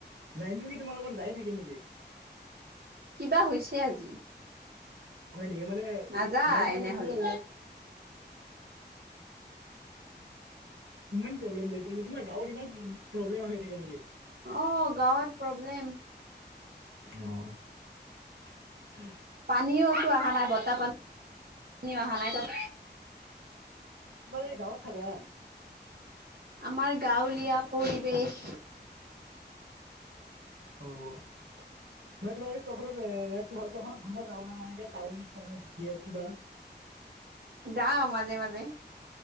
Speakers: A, on the right; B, on the right.
A: লাইনত কি তোমালোকৰ যায় থাকে নেকি?
B: কিবা হৈছে আজি
A: হয় নেকি মানে
B: নাযায়
A: লাইনটো
B: এনেহলে
A: মানে পুৰা <inaudible> ইমান প্ৰব্লেম দিয়ে তোমাৰ গাঁৱত ইমান প্ৰব্লেম হৈ থাকে নেকি?
B: অ গাঁৱত প্ৰব্লেম
A: অ
B: পানীওতো অহা নাই বতাহ পানী পানীও অহা নাই তাত
A: তোমালোকে গাঁৱত থাকা?
B: আমাৰ গাঁৱলীয়া পৰিৱেশ
A: অ মানে তোমাৰ চহৰ চহৰত <unintelligible> ঘুৰবা যাব না <unintelligible> টাউনৰ চা যেতিয়া কিবা
B: যাওঁ মাজে মাজে